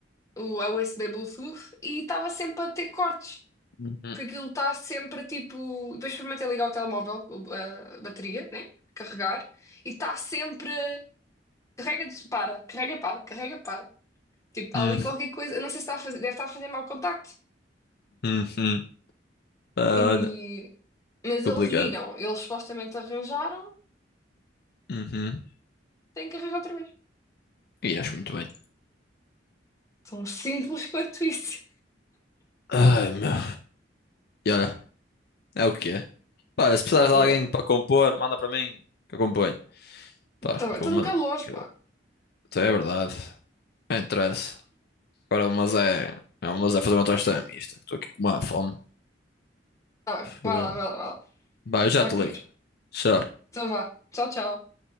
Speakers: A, on the left; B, on the left.
A: o USB Bluetooth, e estava sempre a ter cortes.
B: Uhum,
A: Porque aquilo está sempre tipo. Depois experimentei ligar o telemóvel, o- a bateria, né? Carregar, e está sempre. Carrega, dispara, carrega, para, carrega, para. Tipo,
B: uhum,
A: há ali qualquer coisa, eu não sei se está a fazer, deve estar a fazer mau contacto.
B: uhum. Ah,
A: E...
B: olha,
A: Mas
B: complicado.
A: eles viram, eles supostamente arranjaram,
B: Uhum.
A: têm que arranjar outra vez.
B: E acho muito bem.
A: Tão simples <laughs> quanto isso.
B: Ai, meu. E olha, é o que é. Pá, se precisares de
A: Yeah.
B: alguém para compor, manda para mim que eu componho. Pá,
A: Tá
B: que
A: bem,
B: eu
A: estou
B: vou mandar.
A: um bocado longe,
B: que
A: pá.
B: eu- Então é verdade. Não interessa. Agora, mas é. é, Mas é fazer uma tosta é mista. Estou aqui com uma fome.
A: Tá bem, vai
B: Eh,
A: lá, vai lá, vai lá.
B: Bah, eu já
A: Vai
B: te ligo.
A: comer.
B: Tchau.
A: Então vá. Tchau, tchau.